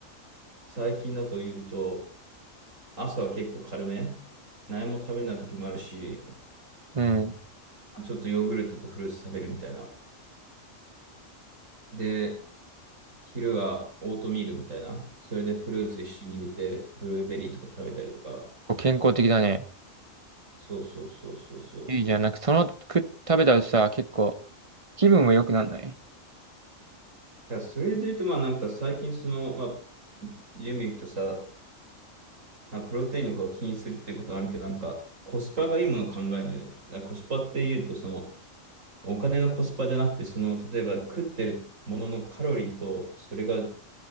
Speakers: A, on the right; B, on the right.
A: 最近だと言うと、朝は結構軽め。何も食べない時もあるし、
B: うん。
A: ちょっとヨーグルトとフルーツ食べるみたいな。で、昼はオートミールみたいな。それでフルーツ一緒に入れて、ブルーベリーとか食べたりとか。
B: こう健康的だね。
A: そうそうそうそうそう。
B: いいじゃん。なんかその後食、食べたらさ、結構気分も良くなんない
A: だからそれで言うと、まあなんか最近その、まあ、準備行くとさ、まあ、プロテインのことを気にするっていうことはあるけど、なんかコスパがいいものを考えるんだよね。だからコスパって言うと、その、お金のコスパじゃなくて、その、例えば食ってるもののカロリーと、それが、